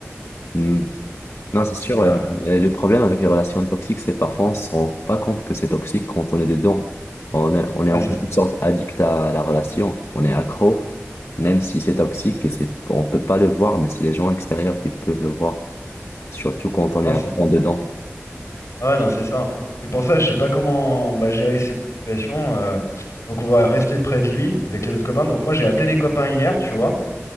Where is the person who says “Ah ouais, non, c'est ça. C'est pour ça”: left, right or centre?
Left